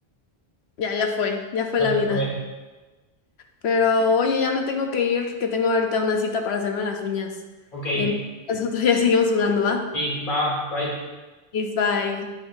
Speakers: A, on the left; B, on the left.
A: ya, ya fue. Ya fue
B: ya
A: la vida.
B: fue.
A: Pero oye, ya me tengo que ir, que tengo ahorita una cita para hacerme las uñas.
B: Ok.
A: Em, <laughs> Nosotros ya seguimos jugando, ¿va?
B: Sí, va, bye.
A: Peace, bye.